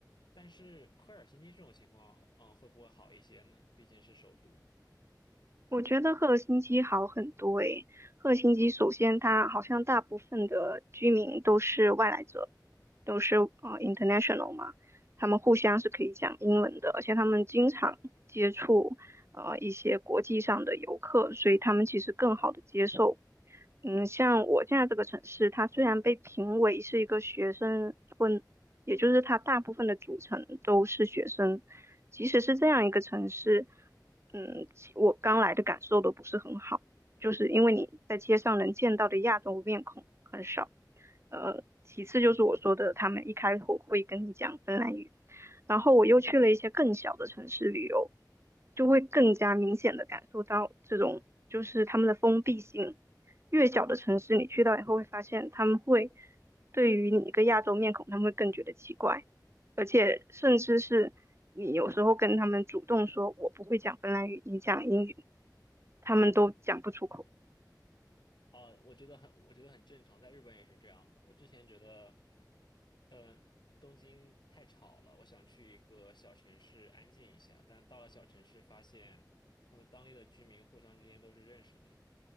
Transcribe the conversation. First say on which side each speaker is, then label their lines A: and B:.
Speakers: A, on the left; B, on the right.
A: 但是赫尔辛基这种情况，嗯，会不会好一些呢？毕竟是首都。
B: 我觉得赫尔辛基好很多诶。赫尔辛基首先，它好像大部分的居民都是外来者，都是呃 international 嘛，他们互相是可以讲英文的，而且他们经常接触呃一些国际上的游客，所以他们其实更好的接受。嗯，像我现在这个城市，它虽然被评为是一个学生村，也就是它大部分的组成都是学生。即使是这样一个城市，嗯，其我刚来的感受都不是很好，就是因为你在街上能见到的亚洲面孔很少。呃，其次就是我说的，他们一开口会跟你讲芬兰语，然后我又去了一些更小的城市旅游，就会更加明显的感受到这种就是他们的封闭性。越小的城市，你去到以后会发现他们会对于你一个亚洲面孔，他们会更觉得奇怪，而且甚至是你有时候跟他们主动说我不会讲芬兰语，你讲英语，他们都讲不出口
A: 哦，我觉得很，我觉得很正常，在日本也是这样的。我之前觉得，呃，东京太吵了，我想去一个小城市安静一下，但到了小城市发现，他们当地的居民互相之间都是认识的。